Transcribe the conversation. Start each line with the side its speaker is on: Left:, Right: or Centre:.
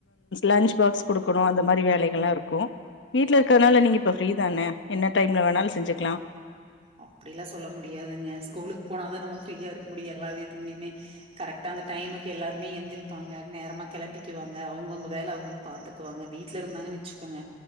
Left: லன்ச் பாக்ஸ் குடுக்குணு அந்த மாரி வேலைகள்லா இருக்கு வீட்ல இர்க்கத்துனால நீங்க இப்ப ஃப்ரீ தானே என்ன டைம்ல வேணாலு செஞ்சுக்லா
Right: அப்டியெல்லா சொல்ல முடியாதுங்க ஸ்கூலுக்கு போனாதா நம்ம ஃப்ரீயா இருக்க முடியு எல்லா வீட்லயுமே கரெக்டா அந்த டைமுக்கு எல்லாருமே எந்திரிப்பாங்க நேரமா கெளம்பிக்குவாங்க அவுங்கவுங்க வேல அவுங்கவுங் பாத்துக்குவாங்க வீட்ல இருந்தாங்கனு வெச்சுக்கோங்க